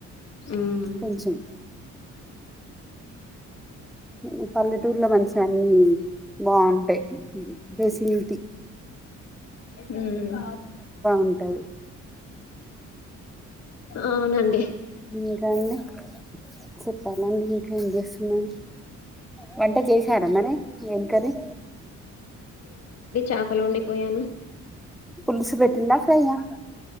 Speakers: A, on the left; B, in the centre.
A: మ్మ్
B: కొంచెం ఉ పల్లెటూరులో మంచిగా అన్ని బాగుంటాయి ఫెసిలిటి <inaudible>
A: ఉమ్
B: ఉంటది
A: అవునండి
B: ఇంకాండి చెప్పాలండి ఇంక ఎం చేస్తున్నారు వంట చేసార మరి ఏం కర్రి
A: చాపలోండి పోయాను
B: పులుసు పెట్టింద ఫ్రై ఆ